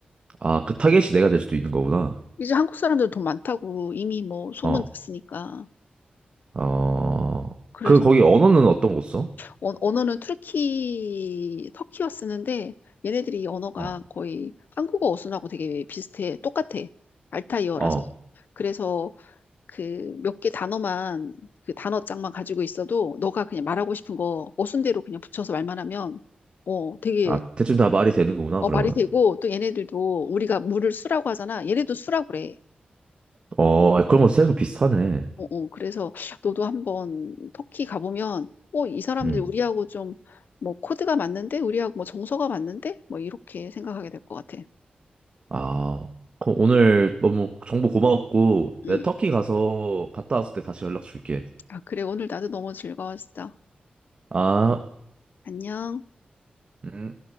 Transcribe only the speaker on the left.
이제 한국 사람들 돈 많다고 이미 뭐 소문
났으니까.
그래서
언- 언어는 투르키, 터키어 쓰는데 얘네들이 언어가
거의 한국어 어순하고 되게 비슷해. 똑같아. 알타이어라서.
그래서 그 몇 개 단어만 그 단어장만 가지고 있어도 너가 그냥 말하고 싶은 거 어순대로 그냥 붙여서 말만 하면 어 되게
어
말이 되고 또 얘네들도 우리가 물을 수라고 하잖아. 얘네도 수라고 그래.
어, 어, 그래서 너도 한번 터키 가보면, 어, 이 사람들
우리하고 좀, 뭐, 코드가 맞는데? 우리하고 뭐, 정서가 맞는데? 뭐, 이렇게 생각하게 될 것 같아.
응.
아, 그래, 오늘 나도 너무 즐거웠어.
안녕.